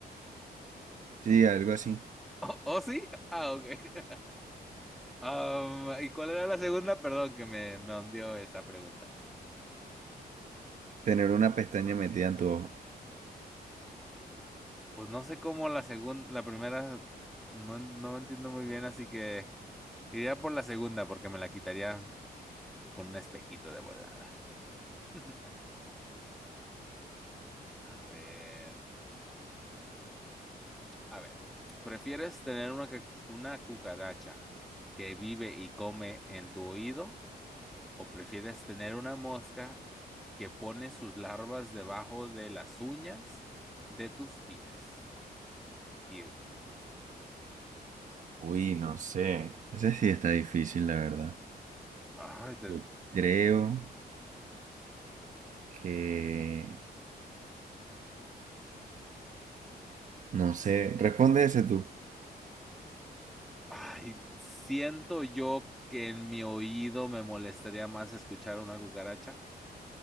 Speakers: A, on the right; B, in the centre.
A: Sí, algo así.
B: <laughs> ¿Oh, oh, sí? Ah, ok. <laughs> Am, ¿y cuál era la segunda? Perdón que me, me hundió esa pregunta.
A: Tener una pestaña metida en tu ojo.
B: Pues no sé cómo la segunda, la primera, no, no entiendo muy bien, así que iría por la segunda porque me la quitaría con un espejito de volada. <laughs> A ver. A ver, ¿prefieres tener una, ca- una cucaracha que vive y come en tu oído o prefieres tener una mosca que pone sus larvas debajo de las uñas de tus pies? Ew.
A: Uy, no sé. Ese sí está difícil, la verdad.
B: Ay, te-
A: Sí. Creo que... No sé. Responde ese tú.
B: Ay, siento yo que en mi oído me molestaría más escuchar una cucaracha